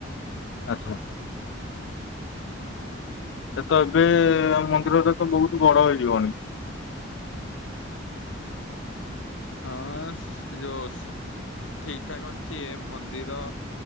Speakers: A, on the left; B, on the left.
A: ଆଚ୍ଛା। ସେ ତ ଏବେ, ମନ୍ଦିରଟା ତ ବହୁତ ବଡ ହେଇଯିବଣି?
B: ହଁ ସେ ଯୋଉ ସେ ଠିକ ଠାକ ଅଛି, ଏ ମନ୍ଦିର